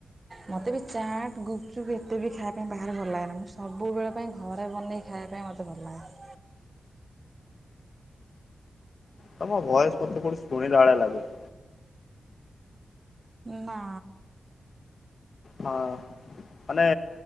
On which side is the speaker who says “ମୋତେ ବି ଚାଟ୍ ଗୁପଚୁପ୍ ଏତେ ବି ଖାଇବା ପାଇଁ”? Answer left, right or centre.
Right